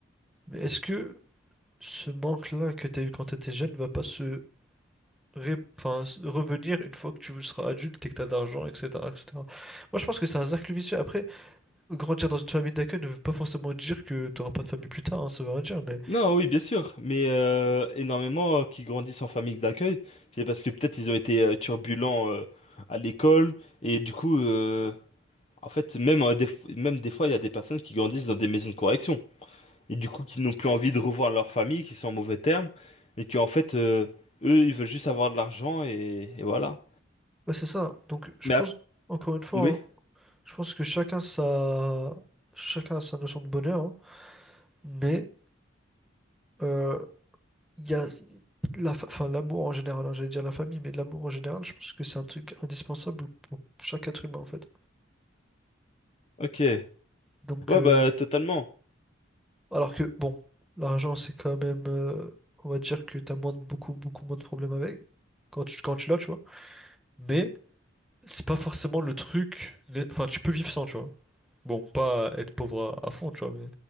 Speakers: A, in the centre; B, on the left.
A: mais est-ce que ce manque-là que t'as eu quand t'étais jeune va pas se, ré- enfin, se revenir une fois que tu seras adulte et que t'as de l'argent, etc., etc. Moi, je pense que c'est un cercle vicieux. Après, grandir dans une famille d'accueil ne veut pas forcément dire que t'auras pas de famille plus tard, hein, ça veut rien dire, mais,
B: Non, oui, bien sûr, mais euh, énormément euh, qui grandissent en famille d'accueil, c'est parce que peut-être ils ont été euh, turbulents euh, à l'école et du coup, euh, en fait, même euh, des, f- même des fois, il y a des personnes qui grandissent dans des maisons de correction et du coup, qui n'ont plus envie de revoir leur famille, qui sont en mauvais termes et qui en fait, euh, eux, ils veulent juste avoir de l'argent et, et voilà.
A: ouais, c'est ça, donc, je
B: Mais
A: pense,
B: ap-
A: encore une fois,
B: oui,
A: hein, Je pense que chacun sa, chacun a sa notion de bonheur, hein. mais euh, il y a la, fa- enfin, l'amour en général, hein, j'allais dire la famille, mais l'amour en général, je pense que c'est un truc indispensable pour chaque être humain en fait.
B: ok.
A: Donc,
B: Ouais,
A: euh,
B: bah totalement.
A: alors que bon, l'argent c'est quand même, euh, on va dire que t'as moins de, beaucoup, beaucoup moins de problèmes avec quand tu, quand tu l'as, tu vois. Mais c'est pas forcément le truc, les- enfin, tu peux vivre sans, tu vois. Bon, pas être pauvre à, à fond, tu vois, mais